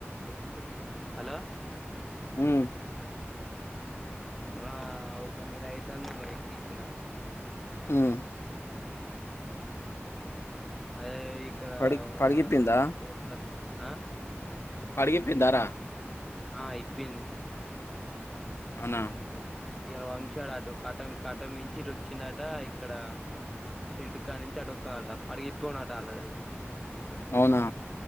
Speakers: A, in the centre; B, on the left.
A: కోసేపు ఉండొత్త హలో
B: ఉమ్
A: ఆ ఒక నెల అయితాంది మరి ఎక్కిచ్చిన
B: ఉమ్
A: అదే ఇక్కడ
B: పడి పడిగిప్పిందా
A: ఉన్న రొండు కోళ్లు కరిసినయ్ ఆ
B: పడిగిప్పిందా రా
A: ఆ ఇప్పింది
B: అవునా
A: ఇరవ వంశాడు అటు కటం కటమించి ఇటు వచ్చిండట ఇక్కడ షెడ్ కా నుంచి అటుతొన్నట పడిగిప్పునట ఆల్రెడీ అది
B: అవునా